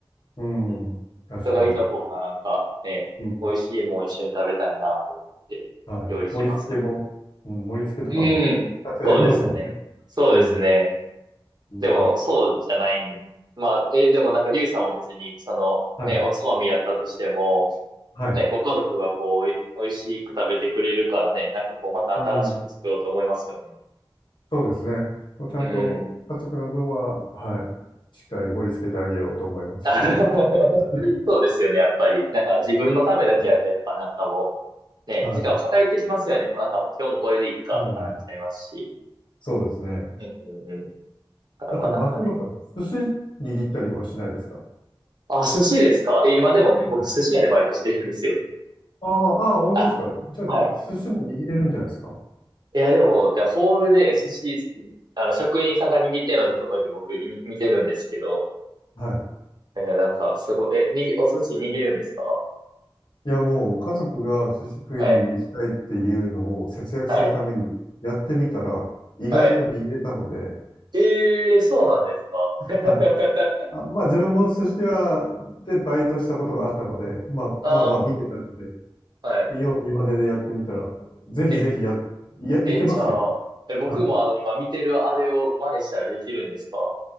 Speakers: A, on the left; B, on the right.
A: うん。
B: うん。
A: 確かに。
B: 人がいた方がなんかね、
A: うん。
B: 美味しいもん一緒に食べたいなと思って、
A: はい。
B: 料理しますね。
A: 盛り付けも、うん、盛り付けとかも、
B: うん、
A: ちゃんとやりますもんね。
B: そうですね。そうですね。
A: うん。うん。
B: でも、そうじゃないん。まあ、え、でもなんか、リュウさんも別に、その、
A: はい。
B: ね、おつまみやったとしても、
A: はい。
B: ね、ご家族がこう、おい美味しく食べてくれるからね、なんかこう、また新しいの作ろうと思いますよね。
A: うん。そうですね。もうちゃんと家族の分は、
B: うん。
A: はい、しっかり盛り付けてあげようと思いますし。
B: あの <laughs>
A: <laughs> はい、
B: そうですよね、やっぱり。なんか、自分のためだけやと、
A: はい、
B: やっぱなんかもう、ね、
A: は
B: 時間を偏ってきますよね。もうなんかもう、今日もこれでいいか、
A: い、うん。
B: とかなっちゃいますし。
A: そうですね。
B: うんうんうん。だからまあなんかね。
A: あと、松岡さん、寿司握ったりはしないですか
B: あ、寿司ですかえ、今でもね、
A: はい。
B: 僕寿司屋でバイトしてるんですよ。
A: ああ、ああ、本当ですか。
B: あ、
A: じゃあ、
B: はい。
A: に寿司も握れるんじゃないですか
B: いや、でも、でホールで寿司、あの、職員さんが握ってるのずっとこうやって僕見、見てるんですけど、
A: は
B: えーなんか、すごい、え、にぎ、お寿司握るんですか
A: い。いや、もう、家族が寿司食いに行きたいっていうのを節約するためにやってみたら、
B: はい、はい、
A: 意外と握れたので、
B: はい。えー、そうなんですか <laughs>
A: はい。あ、まあ自分も寿司屋でバイトしたことがあったので、まあまあまあ見てたので、
B: ああ、はい。
A: 見よう見まねでやってみたら、ぜひぜひや、
B: え、
A: いや、いけますよ。
B: え、じゃあ、え、僕もあの、
A: はい。
B: 今見てるあれを真似したらできるんですか